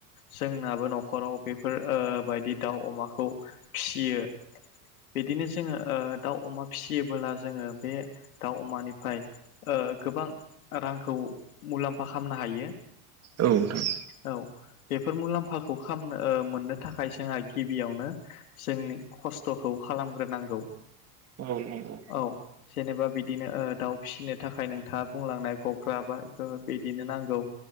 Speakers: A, on the left; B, on the right.
A: जोंनाबो न'खराव बेफोर ओ बायदि दाउ अमाखौ फिसियो। बिदिनो जोङो ओ दाउ अमा फिसियोबोला जोङो बे दाउ अमानिफ्राय ओ गोबां रांखौ मुलाम्फा खालामनो हायो।
B: औ नोंथां।
A: औ बेफोर मुलाम्फाखौ खालामनो ओ मोननो थाखाय जोंहा गिबियावनो जोंनि खस्थ'खौ खालामग्रोनांगौ।
B: औ नंगौ।
A: औ जेनेबा बिदिनो ओ दाउ फिसिनो थाखाय नोंथाङा बुंलांनाय गग्रा बा बिदिनो नांगौ।